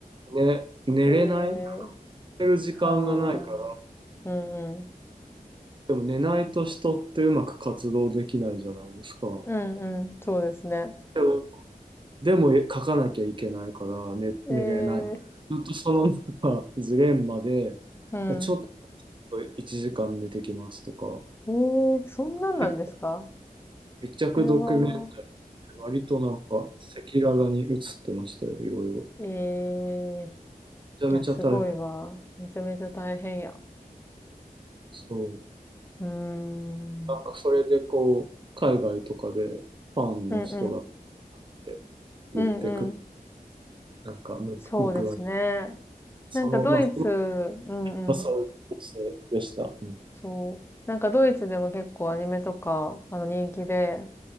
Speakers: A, on the right; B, on the left.
A: ね、寝れない、
B: ええ
A: 寝る時間がないから、
B: はあ。うんうん。
A: でも寝ないと人ってうまく活動できないじゃないですか。
B: うんうん。そうですね。
A: でも、でも書かなきゃいけないから寝、寝れない。
B: ええ
A: ずっとそのなんか <laughs> ジレンマで、
B: うん。
A: ちょっと1時間寝てきますとか、
B: ええそんなんなんですか
A: 結構密着ドキュメント
B: これは、
A: 割となんか赤裸々に映ってましたよ、いろいろ。
B: ええ
A: めちゃめちゃ大変。
B: いや、すごいわ。めちゃめちゃ大変や。
A: そう。
B: うーん。
A: なんかそれでこう、海外とかでファンの人がっ
B: うんうん。
A: て言ってくる、
B: うんうん。
A: なんかむ報われ、
B: そうですね。
A: その、
B: なんかドイツ、
A: まあ、そ
B: うんうん。
A: まあ、そういう形でした。うん
B: そう。なんかドイツでも結構アニメとか、あの人気で、